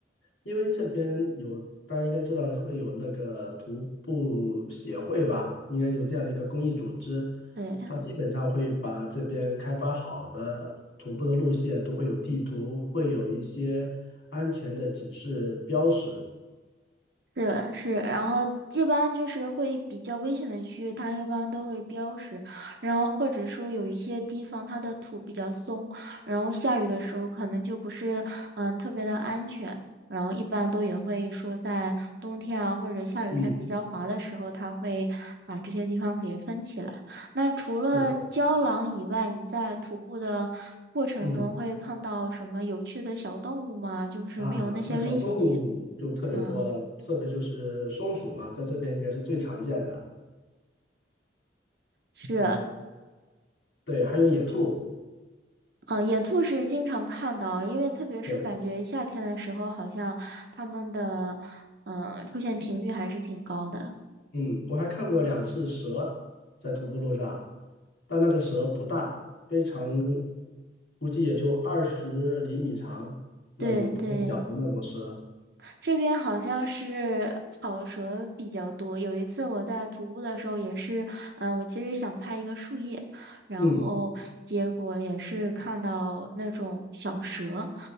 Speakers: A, on the left; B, on the right.
A: 因为这边有，大家应该知道会有那个徒步协会吧，应该有这样的一个公益组织，
B: 对。
A: 它基本上会把这边开发好的徒步的路线都会有地图，会有一些安全的警示标识。
B: 是是，然后一般就是会比较危险的区域，它一般都会标识，然后或者说有一些地方它的土比较松，然后下雨的时候可能就不是嗯特别的安全，然后一般都也会说在冬天啊或者下雨天比较滑的时候，
A: 嗯，
B: 它会把这些地方给分起来。那除了胶囊以外，
A: 是的，
B: 你在徒步的过程中会碰到什么有趣的小动物吗？
A: 嗯
B: 就是没有那些危险性。
A: 啊，那小动物就特别多了，
B: 嗯，
A: 特别就是松鼠嘛，在这边应该是最常见的。
B: 是，
A: 呃，对，还有野兔。
B: 嗯，呃野兔是经常看到，因为特别是感觉夏天的时候，
A: 对。
B: 好像它们的嗯、呃出现频率还是挺高的。
A: 嗯，我还看过两次蛇在徒步路上，但那个蛇不大，非常，估计也就二十厘米长，那种比较小的那种蛇。
B: 对对。这边好像是草蛇比较多。有一次我在徒步的时候，也是，嗯、我其实想拍一个树叶，然后结果也是看到那种小蛇，
A: 嗯